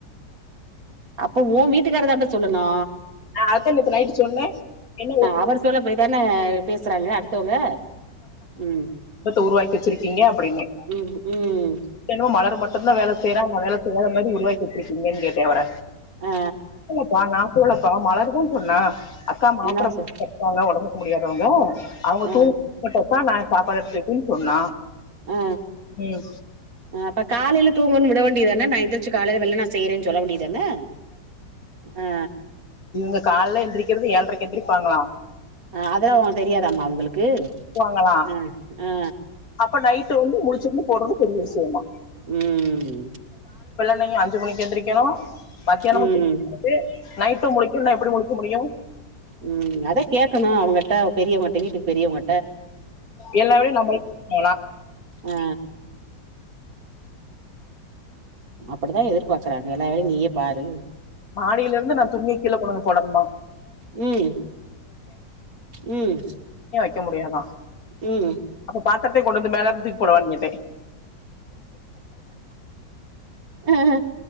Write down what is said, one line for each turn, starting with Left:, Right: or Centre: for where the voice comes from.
Right: அப்ப ஓ வீட்டுக்கார்தாம்ள சொல்லனு
Left: ஆ அதுதா நேத்து நைட்டு சொன்னே என்ன <inaudible>
Right: அவர் சொல்ல போய்தான பேசுறாங்க அடுத்தவங்க ம்
Left: உருவாக்கி வச்சிருக்கீங்க அப்புடின்னு இப்ப
Right: ம் ம்
Left: என்னமோ மலர மட் அந்த புள்ள வேல செய்றா அவுங்க வேல செய்யாத மாரி உருவாக்கி வச்சிருக்கீங்கன் கேட்டே அவர
Right: ஆ
Left: ஓ அப்ப ந டுவ்ல இப்ப மலரு தா பொண்ணா அக்கா மாத்துர
Right: என்னா சொல்
Left: செட்டால ஒடம்புக்கு முடியா தவுங்க அவுங்க
Right: ஆ
Left: தூங்குனா மட்டுதா நா சாப்பாடு எடுத்து வக்கென் சொன்னா
Right: ஆ
Left: ம்
Right: ஆ அப்ப காலைல தூங்குனு சொல் ல வேண்டியதான நா எந்துருச்சு காலைல வெள்ளன செய்றேன் சொல்ல வேண்டிய தான ஆ
Left: இவுங்க கால்ல எந்திரிக்கிறது ஏழ்ரைக்கு எந்திரிப்பாங்களா
Right: அ அதெல்லா அவுங்க தெரியாதா மா அவுங்களுக்கு
Left: வாங்களா
Right: அ ஆ
Left: அப்ப நைட்டு வந்து முழிச்சுருந்து போட்றது பெரிய விஷயமா
Right: ம்
Left: னயு அஞ்சு மணிக்கு எந்திரிக்கெனு மத்தியானமு
Right: ம்
Left: <inaudible> நைட்டு முழிக்கன்னா எப்டி முழிக்க முடியு
Right: ம் அதா‌ கேக்கனு அவுங்கட்ட பெரியவுங்கட்ட வீட்டுக்கு பெரியவுங்க
Left: எல்லா வேலயு நம்பளே <unintelligible>
Right: ஆ அப்பிடிதா எதிர்பாக்குறாங்க எல்லா வேலையு நீயே பாரு
Left: மாடியிலருந்து நா துணிய கீழ கொண்டந்து போடனுமா
Right: ம்‌ ம்
Left: க்க முடியாதா
Right: ம்
Left: பாத்திரத்தை கொண்டு வந்து மேலர்ந்து தூக்கி போடவான் கேட்டே
Right: ஆஹ்